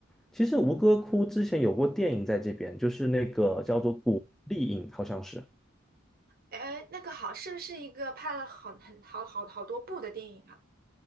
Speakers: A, in the centre; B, on the right.
A: 其实吴哥窟之前有过电影在这边，就是那个叫做《古丽影》，
B: 嗯，
A: 好像是。
B: 哎，那个好，是不是一个拍了很很好好好多部的电影啊？